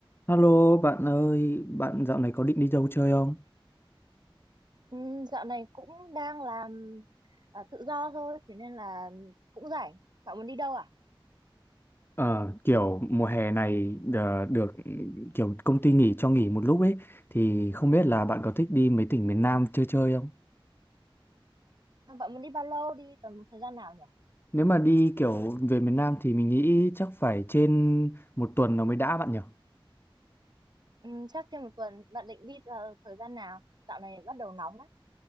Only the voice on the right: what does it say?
Ừm, dạo này cũng đang làm à, tự do thôi, thế nên là cũng rảnh. Bạn muốn đi đâu à?
Bạn muốn đi bao lâu? Đi tầm thời gian nào nhỉ?
Ừm, chắc trên một tuần. Bạn định đi vào thời gian nào? Dạo này bắt đầu nóng đấy.